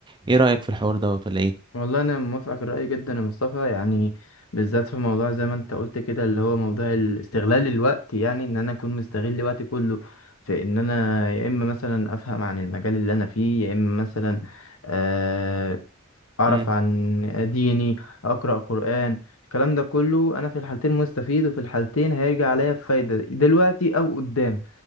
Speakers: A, on the right; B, on the left.
A: ايه رايك في الحوار دوت ولا ايه
B: والله انا موافقك الرأي جدا يا مصطفى يعني بالذات في موضوع زي ما انت قلت كده اللي هو موضوع استغلال الوقت يعني ان انا اكون مستغل وقتي كله في ان انا يا اما مثلا افهم عن المجال اللي انا فيه يا اما مثلا آه، أعرف
A: امم
B: عن ديني أقرأ قرآن الكلام ده كله أنا في الحالتين مستفيد وفي الحالتين هيجي عليا بفايدة دلوقتي أو قدام